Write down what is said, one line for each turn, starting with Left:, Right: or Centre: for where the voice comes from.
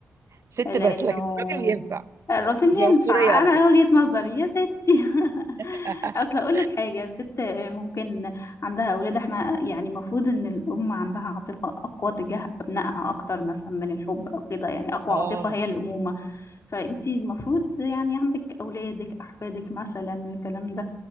Right: ست
Left: لأنه
Right: بس لكن الراجل ينفع
Left: الراجل
Right: دي
Left: ينفع
Right: عنصريه على
Left: أنا
Right: فكره
Left: وجهة نظري يا ستي <laughs>
Right: <laughs>
Left: أصل أقول لك حاجة الست ممكن عندها أولاد احنا يعني المفروض إن الأم عندها عاطفة أقوى تجاه أبنائها أكتر مثلا من الحب أو كده يعني أقوى
Right: اه
Left: عاطفة هي
Right: فهمت
Left: الأمومة فأنتي المفروض يعني عندك أولادك أحفادك مثلا الكلام ده